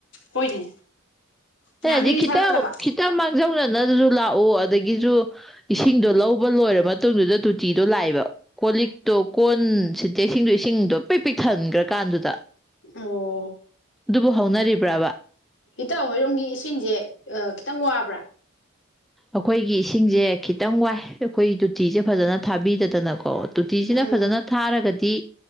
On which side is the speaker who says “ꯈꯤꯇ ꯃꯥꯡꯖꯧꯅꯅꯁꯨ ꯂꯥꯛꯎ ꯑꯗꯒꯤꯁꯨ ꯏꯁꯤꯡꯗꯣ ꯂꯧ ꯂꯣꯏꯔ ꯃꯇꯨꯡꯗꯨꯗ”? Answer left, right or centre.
Centre